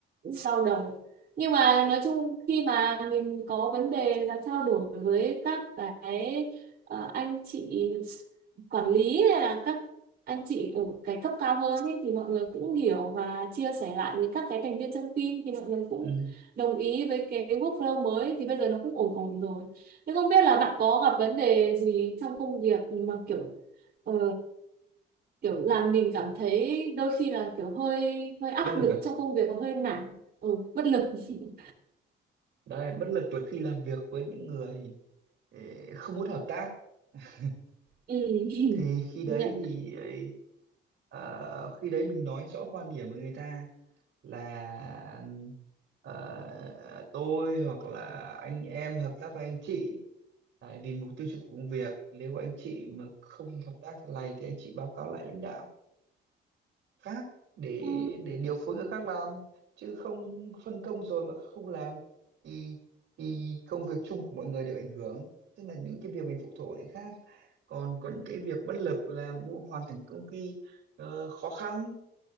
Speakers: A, on the right; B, on the right.
A: đau đầu nhưng mà nói chung khi mà mình có vấn đề là trao đổi với các cái ờ, anh chị quản lý hay là các anh chị ở cái cấp cao hơn ý, thì mọi người cũng hiểu và chia sẻ lại với các cái thành viên trong team thì mọi người cũng
B: ừ
A: đồng ý với cái workflow mới thì bây giờ nó cũng ổn ổn rồi nhưng không biết là bạn có gặp vấn đề gì trong công việc mà kiểu ờ, kiểu làm mình cảm thấy đôi khi là kiểu hơi hơi áp
B: bất lực
A: lực
B: à
A: trong công việc và hơi nản, ừ, bất lực. <laughs>
B: đấy bất lực là khi làm việc với những người ê, không muốn hợp tác <laughs>
A: Ừ. <laughs>
B: thì khi đấy
A: Nhận.
B: thì ấy, ờ, khi đấy mình nói rõ quan điểm với người ta là ờ, tôi hoặc là anh em hợp tác với anh chị tại vì mục tiêu chung của công việc nếu anh chị mà không hợp tác thế này thì anh chị báo cáo lại lãnh đạo khác để
A: Ừ.
B: để điều phối người khác làm chứ không phân công rồi mà không làm thì thì công việc chung của mọi người đều ảnh hưởng tức là những cái việc mình phụ thuộc vào người khác còn có những cái việc bất lực làm vụ hoàn thành công ty ờ, khó khăn